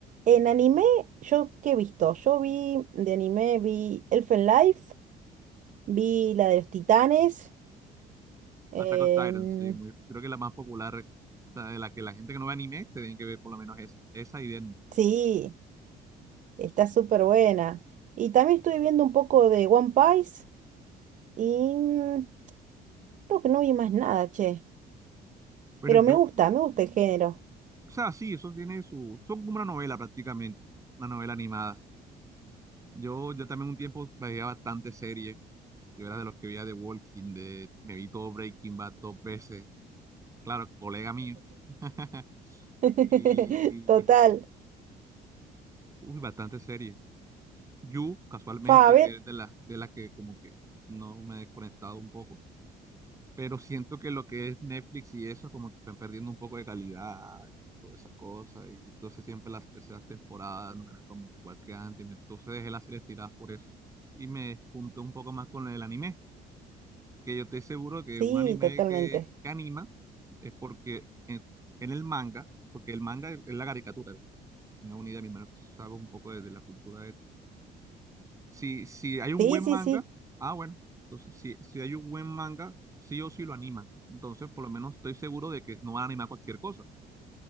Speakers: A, on the right; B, on the right.
A: En anime, ¿yo qué he visto? Yo vi de anime, vi Elfen Life, vi la de los titanes. em,
B: Attack on Titan, sí, muy, creo que la más popular, o sea, de la que la gente que no ve anime, se tienen que ver por lo menos esa, esa y Death Note.
A: Sí, está súper buena. Y también estuve viendo un poco de One Piece y mm, creo que no vi más nada, che.
B: Bueno,
A: Pero
B: yo,
A: me gusta, me gusta el género.
B: o sea, sí, eso tiene su, son como una novela prácticamente, una novela animada. Yo, yo también un tiempo veía bastante series, yo era de los que veía The Walking Dead, me vi todo Breaking Bad dos veces, claro, colega mío. <laughs>
A: <laughs>
B: Y,
A: Total.
B: uy, bastante serie. You, casualmente,
A: Fa, a ver.
B: que es de las de las que como que no me he desconectado un poco, pero siento que lo que es Netflix y eso como que están perdiendo un poco de calidad y toda esa cosa, y entonces siempre las terceras temporadas no eran como igual que antes, y me- entonces dejé las series tiradas por eso. Y me junté un poco más con el anime, que yo estoy seguro que
A: Sí,
B: un anime
A: totalmente.
B: que, que anima es porque en, en el manga, porque el manga es es la caricatura, tenga una idea, mi hermano, que sabes un poco de, de la cultura de... Si, si hay un
A: Sí,
B: buen
A: sí,
B: manga,
A: sí,
B: ah, bueno, entonces si, si hay un buen manga, sí o sí lo anima. Entonces, por lo menos estoy seguro de que no van a animar cualquier cosa,